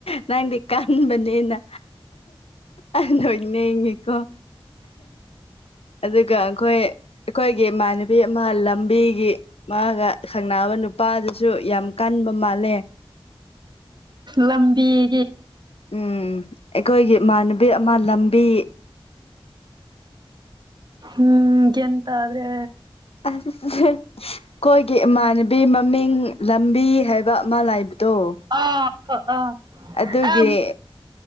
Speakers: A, on the left; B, on the right.
A: ꯅꯪꯗꯤ ꯀꯥꯟꯕꯅꯦꯅ ꯑꯗꯨꯅ ꯏꯅꯦ ꯏꯉꯀꯣ ꯑꯗꯨꯒ ꯑꯩꯈꯣꯏ ꯑꯩꯈꯣꯏꯒꯤ ꯏꯃꯥꯟꯅꯕꯤ ꯑꯃ ꯂꯝꯕꯤꯒꯤ ꯃꯥꯒ ꯁꯪꯅꯕ ꯅꯨꯄꯥꯗꯨꯁꯨ ꯌꯥꯝ ꯀꯟꯕ ꯃꯥꯜꯂꯦ
B: ꯂꯝꯝꯕꯤ
A: ꯎꯝ ꯑꯩꯈꯣꯏꯒꯤ ꯏꯃꯥꯟꯅꯕꯤ ꯑꯃ ꯂꯝꯕꯤ
B: ꯎꯝꯒꯇꯗ꯭ꯔꯦ
A: ꯑ ꯑꯩꯈꯣꯏꯒꯤ ꯏꯃꯥꯟꯅꯕꯤ ꯃꯃꯤꯡ ꯂꯝꯕꯤ ꯍꯥꯏꯕ ꯑꯃ ꯂꯩꯕꯗꯣ
B: ꯑ ꯑ
A: ꯑꯗꯨꯒꯤ
B: ꯑ